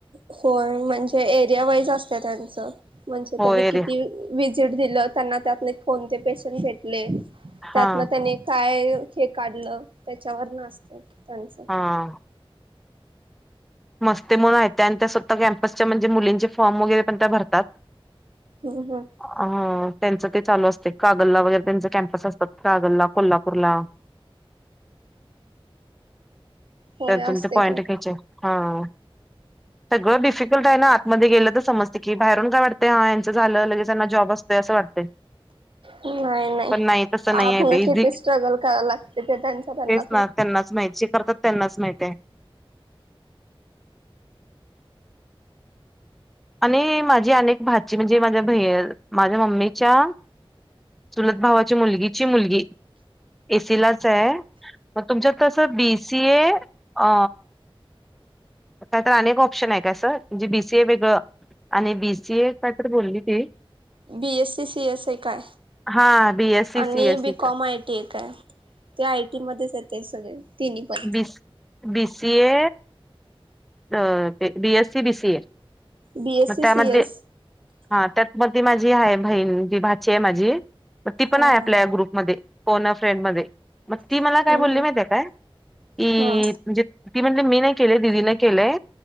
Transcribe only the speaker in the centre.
होय
रे
हा
हा. मस्ते मण आहेत त्या आणि त्या स्तः कॅम्पसच्या म्हणजे मुलींचे फॉर्म वगैरे पण त्या भरतात.
अ त्यांचं ते चालू असते कागलला वगैरे त्यांच कॅम्पस असतात कागलला कोल्हापूरला.
त्यातून
ते पॉइंट
घ्यायचे हा. सगळं डिफिकल्ट आहे ना आतमध्ये गेलं तर समजते की बाहेरून काय वाटते हा. झालं लगेच त्यांना जॉब असतं असं वाटते.
पण तसं नाही
आहे ते
इझी
तेच ना त्यांनाच माहिती ज करतात त्यांनाच माहित आहे. आणि माझी अनेक भाची म्हणजे माझ्या ब माझ्या मम्मीच्या. सुलत भावाची मुलगीची मुलगी एसीलाच आहे. मग तुमच्यातसं बीसी ए अ. काय तर अनेक ऑप्शन आहे काय सर म्हणजे बीसीए वेगळं. आणि बीसीए प्र बोलली ती.
हा बीएससी
सीएससी
बीस बी सीए. अ ते बीएससी बीसी ए
मग त्यामध्ये.
हा त्यात म माझी आहे बहीण जी भाची आहे माझी. मग ती
पण आहे
आपल्या ग्रुपमध्ये पोण फ्रेंड मध्ये. मग ती मला
काय बोलली
माहितीे काय की
म्हणजे ती म्हट मी नाही केले दिदीला. केय